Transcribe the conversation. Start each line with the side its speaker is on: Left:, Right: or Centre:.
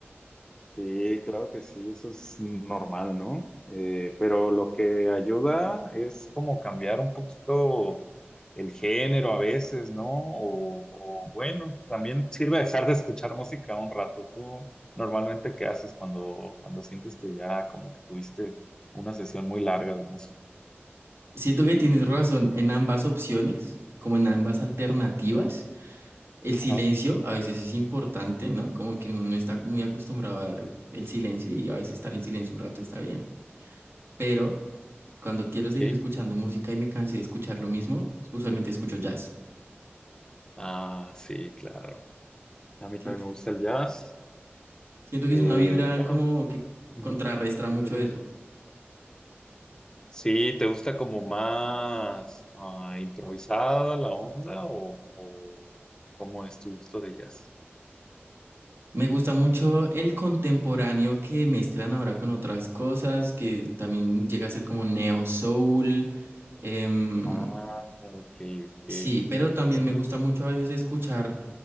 Left: Sí, claro que sí, eso es normal, ¿no? Eh, pero lo que ayuda es como cambiar un poquito el género a veces, ¿no? O, o bueno, también sirve dejar de escuchar música un rato. ¿Tú normalmente qué haces cuando, cuando sientes que ya como que tuviste una sesión muy larga de música?
Right: Siento que tienes razón en ambas opciones, como en ambas alternativas. El silencio
Left: Ajá.
Right: a veces es importante, ¿no? Como que uno no está muy acostumbrado al silencio y a veces estar en silencio un rato está bien. Pero cuando quiero seguir
Left: ¿Sí?
Right: escuchando música y me cansé de escuchar lo mismo, usualmente escucho jazz.
Left: Ah, sí, claro. A mí
Right: ¿sí?
Left: también me gusta el jazz.
Right: Siento que
Left: Eh,
Right: es una vibra
Left: bueno.
Right: como que
Left: Ujú.
Right: contrarrestra
Left: Dime,
Right: mucho
Left: dime.
Right: eso.
Left: Sí, ¿te gusta como más ah, improvisada la onda o, o cómo es tu gusto de jazz?
Right: Me gusta mucho el contemporáneo que mezclan ahora con otras cosas, que también llega a ser como neo soul. em,
Left: Ah, ok, ok.
Right: sí, pero también
Left: Ujú.
Right: me gusta mucho a veces escuchar,